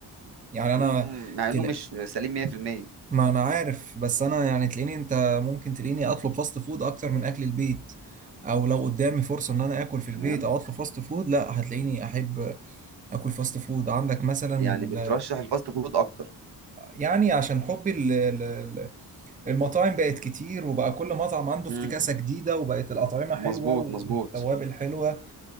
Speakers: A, on the right (about 20°); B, on the right (about 65°).
A: يعني انا
B: إمم، إمم، مع إنه
A: تل...
B: مش سليم 100%
A: ما انا عارف بس انا يعني تلاقيني انت ممكن تلاقيني اطلب فاست فود اكتر من اكل البيت او لو قدامي فرصة ان انا اكل في
B: تمام،
A: البيت او اطلب فاست فود لا هتلاقيني احب اكل فاست فود عندك مثلا
B: يعني
A: ال...
B: بترشّح الfast food أكتر.
A: يعني عشان حبي ال... ال- ال- المطاعم بقت كتير وبقى كل مطعم عنده
B: إمم،
A: افتكاسة جديدة وبقت الاطعمة
B: مضبوط،
A: حلوة والتوابل
B: مضبوط،
A: حلوة